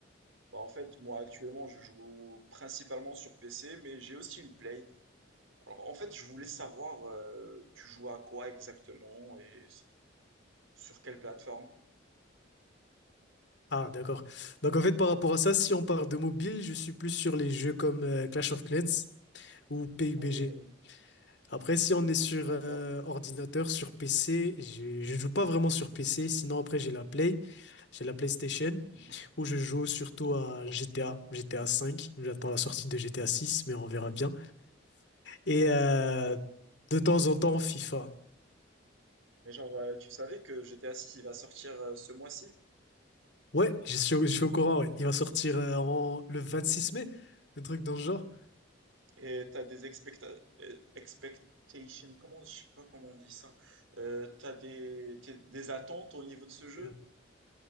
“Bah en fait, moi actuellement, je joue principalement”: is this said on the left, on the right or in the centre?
Right